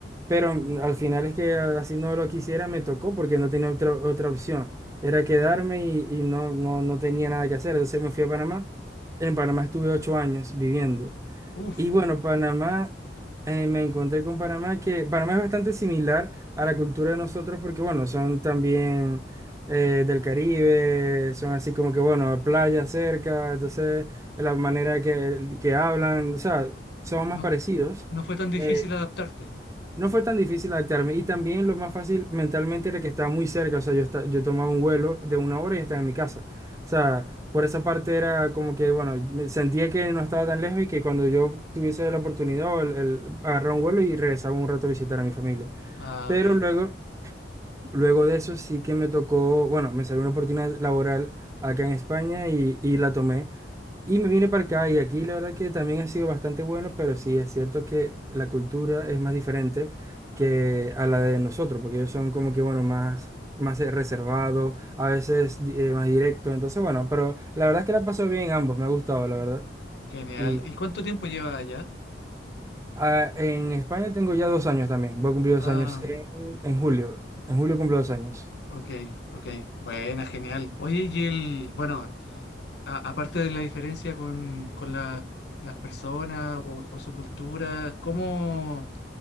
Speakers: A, on the right (about 15°); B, on the left (about 65°).
A: Pero mm, al final es que así no lo quisiera, me tocó porque no tenía otra, otra opción. Era quedarme
B: ok.
A: y, y no, no, no tenía nada que hacer. Entonces me fui a Panamá. En Panamá estuve ocho años viviendo.
B: Uf,
A: Y bueno, Panamá, eh, me encontré con Panamá, que Panamá es bastante similar a la cultura de nosotros porque, bueno, son también eh, del Caribe, son así como que, bueno, playa cerca, entonces la manera que, que hablan, o sea, son más
B: no,
A: parecidos.
B: no fue tan difícil
A: eh,
B: adaptarte.
A: no fue tan difícil adaptarme y también lo más fácil mentalmente era que estaba muy cerca, o sea, yo, esta- yo tomaba un vuelo de una hora y estaba en mi casa. O sea, por esa parte era como que, bueno, me sentía que no estaba tan lejos y que cuando yo tuviese la oportunidad, o el, el agarraba un vuelo y regresaba un rato a visitar a mi familia.
B: Ah,
A: Pero
B: ok,
A: luego, luego de eso sí que me tocó, bueno, me salió una oportunidad laboral acá en España y, y la tomé. Y me vine para acá y aquí la verdad que también ha sido bastante bueno, pero sí es cierto que la cultura es más diferente que a la de nosotros, porque ellos son como que, bueno, más, más eh, reservados, a veces di- eh, más directos, entonces bueno, pero la verdad es que la paso bien ambos, me ha gustado, la verdad.
B: genial.
A: Y
B: ¿Y cuánto tiempo llevas allá?
A: ah, en España tengo ya dos años también, voy a cumplir dos
B: Ah,
A: años en, en julio, en julio cumplo dos años.
B: ok, ok. Buena, genial. Oye, y el, bueno, a- aparte de la diferencia con, con la- las personas o, o su cultura, ¿cómo...